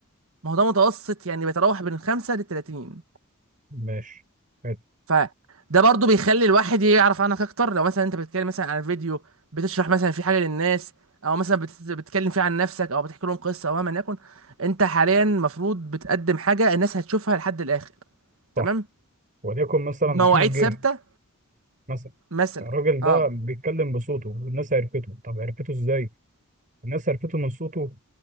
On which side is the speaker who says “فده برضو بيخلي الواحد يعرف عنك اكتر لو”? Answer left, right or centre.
Right